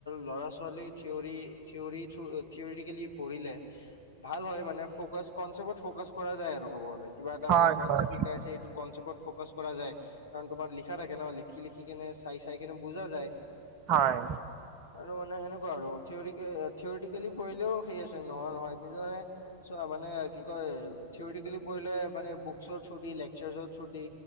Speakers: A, on the left; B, on the right.
A: ল'ৰা ছোৱালী থিয়ৰী থিয়ৰী -থ থিয়ৰীকেলি পঢ়িলে ভাল হয় মানে ফকাচ কনচেপটত ফকাচ কৰা যায় আৰু ক'ব গলে। কিবা এটা
B: হয়
A: মানে কনচেপ্
B: হয়
A: শিকাই আছে সেইটো কনচেপ্টত ফ'কাচ কৰা যায় কাৰণ তোমাৰ লিখা থাকে ন লিখি লিখি কেনে চাই চাই কেনে বুজা যায়
B: হয়
A: আৰু মানে সেনেকুৱা আৰু থ থিয়ৰিটিকেলি পঢ়িলেও সেই আছে নহয় নহয় কিন্তু মানে চোৱা মানে কি কয় থিয়টিকেলি পঢ়িলে মানে বুকচৰ থ্ৰু দি লেকচাৰ্চৰ থ্ৰ দি